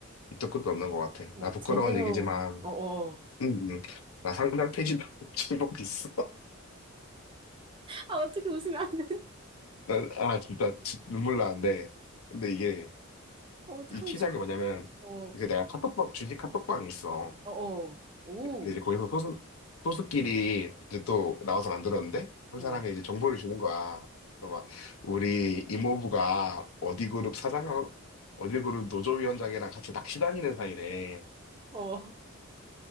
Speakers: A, on the left; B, on the right.
A: 밑도 끝도 없는 것 같아.
B: 어,
A: 나 부끄러운
B: 제대로,
A: 얘기지만,
B: 어어,
A: 음, 음. 음. 나 상장 폐지 <laughs> 중복 있어.
B: 아, 어떻게 웃으면 안 되는?
A: 난- 아, 진짜, 지- 눈물 나는데. 근데 이게,
B: 어, 어떡하면
A: 이 시작이
B: 좋아.
A: 뭐냐면,
B: 어,
A: 그 내가 카톡방, 주식 카톡방이 있어.
B: 어어, 오,
A: 근데 이제 거기서 소수, 소수끼리 이제 또 나와서 만들었는데, 한
B: 응,
A: 사람이 이제 정보를 주는 거야. 그래서 막, 우리 이모부가 어디 그룹 사장, 어디 그룹 노조위원장이랑 같이 낚시 다니는 사이래.
B: 어.